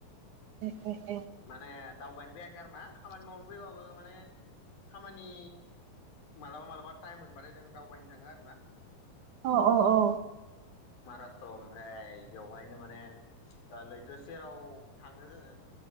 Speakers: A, on the right; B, on the left.
A: <unintelligible>
B: माने दावबायनो फैयाखै आरो ना खामानि मावनो फैबाबो माने खामानि मालाबा मालाबा टाइम मोनबाथाय जों दावबायनो थाङो आरो ना
A: अ अ औ
B: महाराष्ट्र ओमफ्राय बेवहायनो माने ओ लैथो सेराव थाङो जोङो